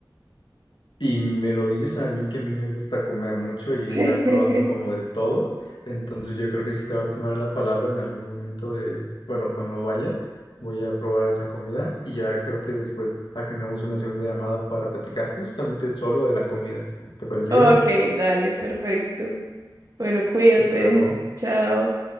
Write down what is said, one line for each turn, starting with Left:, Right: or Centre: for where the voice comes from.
Left: Y me lo dices a mí que a mí me gusta comer mucho y
Right: <laughs>
Left: andar probando como de todo. Entonces yo creo que sí te va a tomar la palabra en algún momento de, bueno, cuando vaya, voy a probar esa comida y ya creo que después agendamos una segunda llamada para platicar justamente solo de la comida. ¿Te parece
Right: Ok,
Left: bien?
Right: dale, perfecto. Bueno, cuídate.
Left: Hasta luego.
Right: Chao.